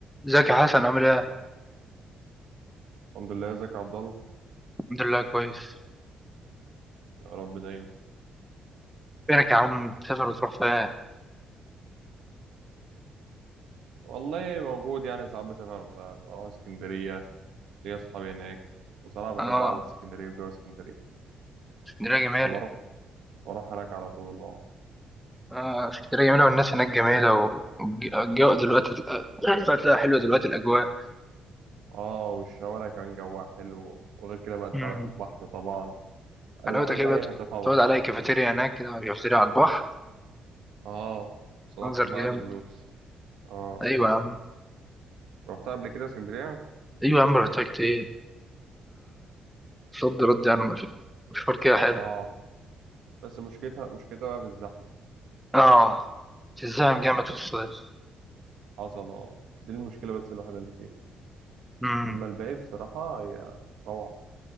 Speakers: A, in the centre; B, on the right.
A: ازيك يا حسن عامل ايه؟
B: الحمد لله ازيك يا عبد الله
A: الحمد لله كويس
B: يا رب دايما
A: فينك يا عم تسافر وتروح فين؟
B: والله موجود يعني ساعات بسافر اروح اسكندريه ليا اصحابي هناك وصراحه
A: اه
B: بحب قعده اسكندريه وجو اسكندريه
A: اسكندرية جميلة
B: فبروح بروح هناك على طول اه
A: اه اسكندرية جميلة والناس هناك جميلة و- والجو دلوقتي فتلاقي حلوة دلوقتي الأجواء
B: اه والشوارع كمان جواها حلو وغير كده بقى انت
A: امم
B: عارف البحر طبعا انا
A: حلاوتك
B: بحب
A: ايه
B: اي
A: بقى
B: حته طبعا
A: تقعد على أي كافيتيريا هناك كده كافيتيريا على البحر
B: اه بصراحه
A: منظر
B: بتبقى
A: جامد
B: قاعده ملوكي اه
A: أيوة يا عم
B: رحتها قبل كده اسكندريه
A: أيوة يا عم رحتها كتير صد رد يعني مش- مشوار كده حلو
B: اه بس مشكلتها مشكلتها بقى في الزحمه
A: اه تتزاحم جامد في الصيف
B: حصل اه دي المشكله بس الوحيده اللي فيها
A: امم
B: اما الباقي بصراحه هي روعه